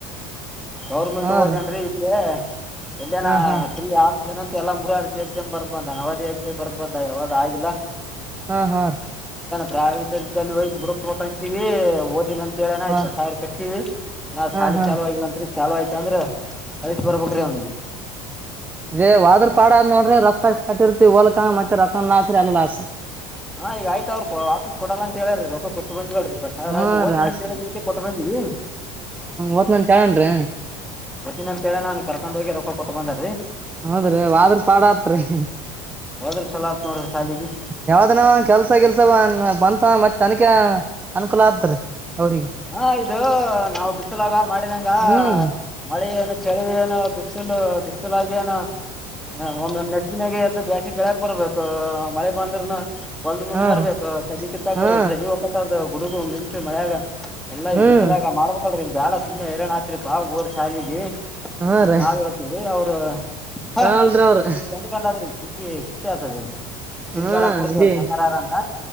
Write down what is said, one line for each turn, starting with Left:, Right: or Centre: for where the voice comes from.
Centre: ಗೌರ್ಮೆಂಟ್
Right: ಹಾ
Centre: ಹೋದೇನ್ರಿ
Right: ರೀ
Centre: ಇಲ್ಲೇ ಎಲ್ಲಿಯನ
Right: ಹಾ ಹಾ
Centre: ಪ್ರಿ ಆ ಏನಂತ ಎಲ್ಲ ಮುರಾರ್ಜಿ ಎಕ್ಸಾಮ್ ಬರ್ದ ಬಂದ ನವದಿ ಎಕ್ಸಾಮ್ ಬರ್ದ ಬಂದ ಯಾವದು ಆಗಿಲ್ಲ
Right: ಹಾ ಹಾ ರಿ
Centre: ಪ್ರವೀಟ್ ಜಾಗದಲ್ಲಿ ಹೋಗಿ ಬುಡ್ಬೇಕಂತೀವಿ ಓದಿನ ಹೇಳನ
Right: ಹಾ
Centre: ಇಪ್ಪತ್ ಸಾವಿರ ಕಟ್ಟೀವಿ ಹ ನಾ್
Right: ಹಾ
Centre: ಸಾಲಿ
Right: ಹಾ
Centre: ಚಲ ಆವಾಗಿಲ್ಲ ಅನ್ರಿ ಚಲ ಆಯ್ತ ಅಂದ್ರ ಹೈಟ್ ಬರ್ಬೇಕ್ರೀ ಅವನಿಗೆ
Right: ಅೇ ಹೊದ್ರ ಪಾಡದ್ ನೋಡ್ರಿ ರೊಕ್ಕ ಕಟ್ಟಿರ್ತೀವಿ ಹೋಲಕ್ಕ ಮತ್ತೆ ರೊಕ್ಕ ಲಾಸ್ರೀ ಅಲ್ಲ ಲಾಸ್
Centre: ಹಾ ಈಗ ಆಯ್ತ ಅವ್ರು ವಾಪಸ್ ಕೊಡಲ್ಲ ಅಂತ ಹೇಳಾರ್ರೀ ರೊಕ್ಕ ಕೊಟ್ಟು ಬಂದೀವೀ ಇಪ್ಪತ್ತು ಸಾವಿರ
Right: ಹಾ
Centre: ಹೋಗ್ತೀನಂತ
Right: ರಾಸ್
Centre: ಹೇಳಿದಕ್ಕೆ ಕೊಟ್ಟ ಬಂದೀವೀ
Right: ಓದ್ನಂತ ಹೇಳನ್ರಿ
Centre: ಬತ್ತಿನ ಅಂತೇಳಾರೀ ಅವ್ನೀಗ ಕರ್ಕೊಂಡ್ ಹೋಗಿ ರೊಕ್ಕ ಕೊಟ್ಟು ಬಂದಾ ರೀ
Right: ಹೌದ್ರಿ ಆದ್ರ ಪಾಡ ಆತ್ರಿ ಹ್ಮ
Centre: ಹೋದ್ರ ಚಲೋ ಆತ್ ನೋಡ್ರಿ ಶಾಲಿಗಿ
Right: ಯಾವ್ದ ನ ಕೆಲ್ಸ ಗಿಲ್ಸ ಬ ಬಂತ ಮತ್ ತನಕ ಅನುಕೂಲ ಆತ್ರಿ ಅವ್ರಿಗೆ
Centre: ಹಾ ಇದು ನಾವು ಬಿಸಿಲಾಗ ಮಾಡಿದಂಗ
Right: ಹ್ಮ್
Centre: ಮಳೆ ಏನು ಚಳಿ ಏನು ಬಿಸಲು ಬಿಸಲಾಗೇನ ಹಾ ಒಂದೊ್ ನೆಸಿನಾಗ ಜಾಸ್ತಿ ಳಕ್ ಬರ್ಬೇಕ ಮಳೆ ಬಂದ್ರನು ಒಲ್ದ ಮುಂದ್
Right: ಹಾ
Centre: ಬರ್ಬೇಕು
Right: ರೀ
Centre: ಸದಿ ಕಿತ್ತಕ
Right: ಹಾ
Centre: ಬರ್ಬೇಕ ಸದಿ ಹಕ ಗುಡುಗು ಒಂದು ನಿಂತ್ರೀ ಮಳ್ಯಾಗ ಎಲ್ಲಾ
Right: ಹ್ಮ್
Centre: ಬಿಸಲಾಗ ಮಾಡ್ಬೇಕು ಇದು ಬಾಳ ಸುಮ್ಮನೆ ಹೈರಾಣ್ ಆತ್ರಿಪಾ ಊರ್ ಶಾಲಿಗೆ
Right: ಹಾ ರೀ
Centre: ನಾವ್ ಹೇಳತೀವ್ರೀ ಅವ್ರ ಹ ಹ
Right: ಕೇಳಲ್ರಿ ಅವ್ರ
Centre: ಅ್ರ ಚೆಂದ್ಕಂಡಾದ್ರಿ ಖುಷಿ ಖುಸಿ ಆತದೆ ಈಗ ತಿರುಗಾಡಕ್
Right: ಹ್ಮ್
Centre: ಬಿಡ್ತೀವಲ್ಲ
Right: ಇಲ್ಲಿ
Centre: ಸಣ್ಣರಾರ ಅಂತ